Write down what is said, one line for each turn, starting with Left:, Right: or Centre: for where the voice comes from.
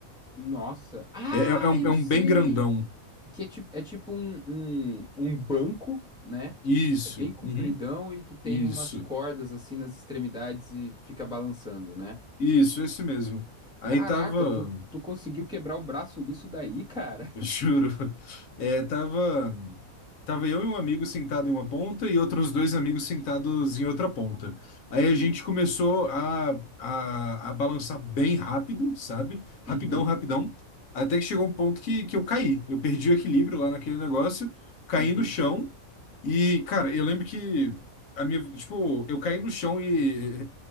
Centre: Nossa. Ah,
Left: É, é, é um,
Centre: eu
Left: é um
Centre: sei!
Left: bem grandão.
Centre: Que é tipo, é tipo um, um, um banco, né?
Left: Isso,
Centre: É bem compridão
Left: uhum,
Centre: e que tem
Left: isso.
Centre: umas cordas assim nas extremidades e fica balançando, né?
Left: Isso, esse mesmo. Aí
Centre: Caraca,
Left: tava.
Centre: tu, tu conseguiu quebrar o braço nisso daí, cara?
Left: <laughs> Juro. É, tava, tava eu e um amigo sentado em uma ponta e outros dois amigos sentados em outra ponta. Aí
Centre: Uhum,
Left: a gente começou a, a, a balançar bem rápido, sabe? Rapidão,
Centre: uhum,
Left: rapidão. Até que chegou um ponto que, que eu caí. Eu perdi o equilíbrio lá naquele negócio, caí
Centre: uhum,
Left: no chão. E, cara, eu lembro que a minha, tipo, eu caí no chão e